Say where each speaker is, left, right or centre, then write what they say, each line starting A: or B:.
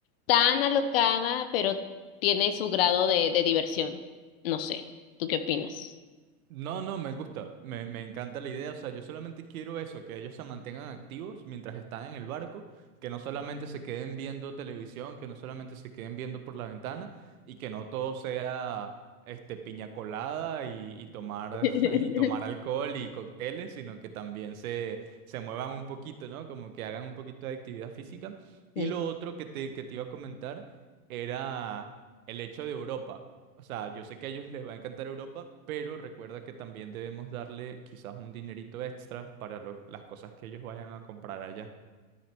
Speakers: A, on the left; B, on the right.
A: tan alocada, pero tiene su grado de, de diversión. No sé, ¿tú qué opinas?
B: No, no, me gusta, me, me encanta la idea, o sea, yo solamente quiero eso, que ellos se mantengan activos mientras están en el barco, que no solamente se queden viendo televisión, que no solamente se queden viendo por la ventana y que no todo sea este piña colada y, y tomar
A: <laughs>
B: <laughs> y tomar alcohol y cócteles, sino que también se, se muevan un poquito, ¿no? Como que hagan un poquito de actividad física.
A: Sí,
B: Y lo otro que te, que te iba a comentar era el hecho de Europa. O sea, yo sé que a ellos les va a encantar Europa, pero recuerda que también debemos darle quizás un dinerito extra para lo- las cosas que ellos vayan a comprar allá.